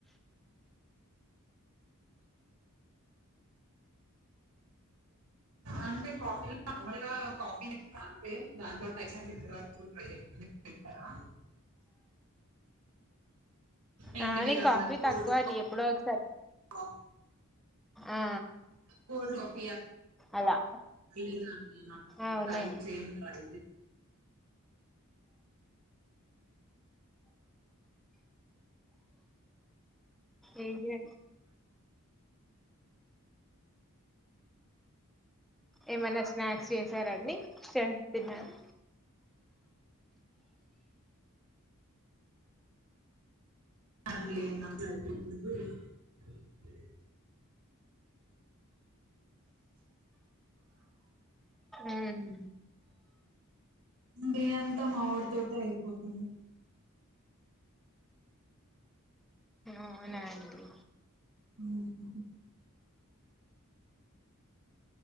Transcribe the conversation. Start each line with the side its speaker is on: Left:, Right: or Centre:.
Right: అంటే కాఫీలో నార్మల్గా కాఫీ అంతే దాంట్లో టైస్ అంటే ట్రై చేశారా ఏంటి
Centre: ఆ
Right: మీరు
Centre: నేను
Right: అందరికి
Centre: కాఫీ
Right: కోల్డ్
Centre: తక్కువ అండి ఎప్పుడో ఒకసారి
Right: కాఫీ
Centre: ఆ
Right: కోల్డ్ కాఫీ
Centre: అలా
Right: <unintelligible>
Centre: అవునండి ఏంజె ఏమైన్నా స్నాక్స్ చేసారండి చ తిన్నాను
Right: అ <unintelligible>
Centre: ఉమ్
Right: నీ అంతా మామిడి తోట అయిపోతుంది
Centre: అవునా అండి
Right: ఉహు